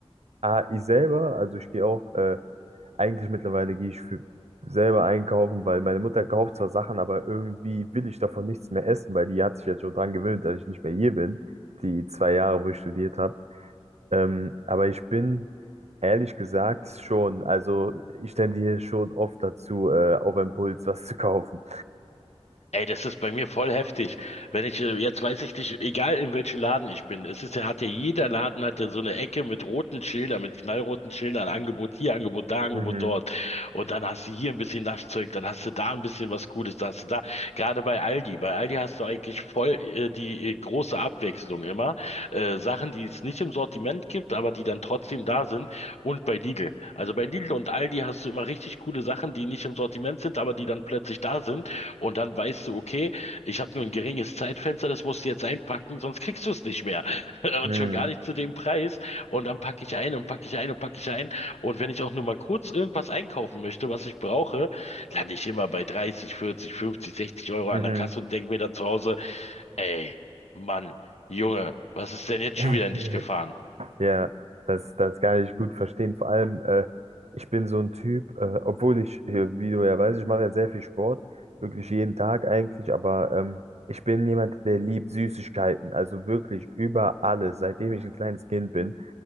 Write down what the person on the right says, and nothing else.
ah, ich selber, also ich gehe auch äh, Eigentlich mittlerweile gehe ich für selber einkaufen, weil meine Mutter kauft zwar Sachen, aber irgendwie will ich davon nichts mehr essen, weil die hat sich jetzt schon dran gewöhnt, dass ich nicht mehr hier bin, die zwei Jahre, wo ich studiert habe. Ähm, aber ich bin ehrlich gesagt schon, also ich tendiere schon oft dazu, äh, auf Impuls was zu kaufen.
Mhm.
Mhm.
Mhm.
<laughs>
Ja, das, das kann ich gut verstehen. Vor allem, äh, ich bin so ein Typ, äh, obwohl ich, äh, wie du ja weißt, ich mache ja sehr viel Sport, wirklich jeden Tag eigentlich, aber ähm, ich bin jemand, der liebt Süßigkeiten, also wirklich über alles, seitdem ich ein kleines Kind bin.